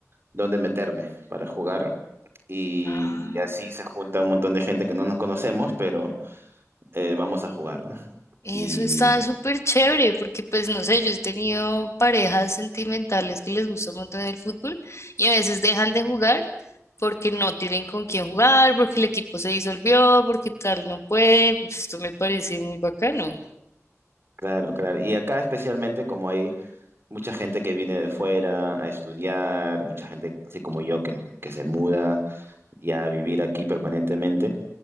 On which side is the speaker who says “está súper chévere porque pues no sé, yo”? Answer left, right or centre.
Left